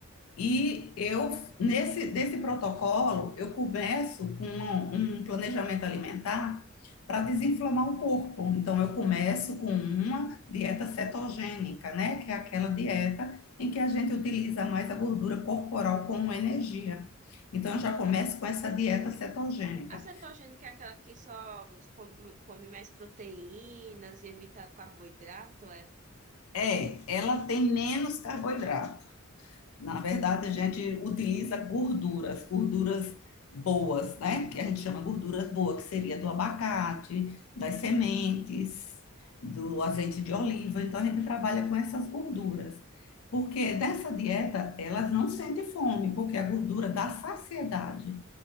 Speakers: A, on the left (about 80°); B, on the right (about 35°).
A: E eu, nesse, nesse protocolo, eu começo com um, um planejamento alimentar para desinflamar o corpo. Então, eu começo com uma dieta cetogênica, né? Que é aquela dieta em que a gente utiliza mais a gordura corporal como energia. Então, eu já começo com essa dieta cetogênica.
B: A cetogênica é aquela que só com- come mais proteínas, evita carboidrato, é?
A: É, ela tem menos carboidrato. Na verdade, a gente utiliza gorduras, gorduras boas, né? Que a gente chama gorduras boas, que seria do abacate, das sementes, do azeite de oliva. Então, a gente trabalha com essas gorduras. Porque dessa dieta, elas não sentem fome, porque a gordura dá saciedade.